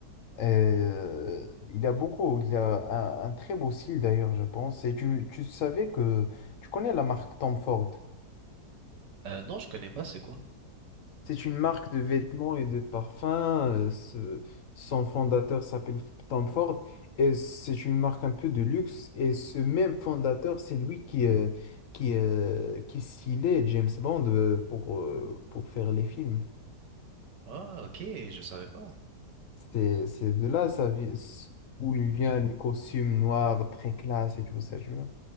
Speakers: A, on the left; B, on the right.
A: Euh, il a beaucoup, il a un, un très beau style d'ailleurs, je pense. Et tu, tu savais que tu connais la marque Tom Ford.
B: Euh, non, je connais pas, c'est quoi?
A: C'est une marque de vêtements et de parfums. euh, ce- son fondateur s'appelle F- Tom Ford et c'est une marque un peu de luxe. Et ce même fondateur, c'est lui qui, euh, qui, euh, qui stylait James Bond euh, pour, euh, pour faire les films.
B: Ah, ok, je savais pas.
A: C'est c'est de là ça, vi- s- où il vient les costumes noirs très classe et tout ça, tu vois.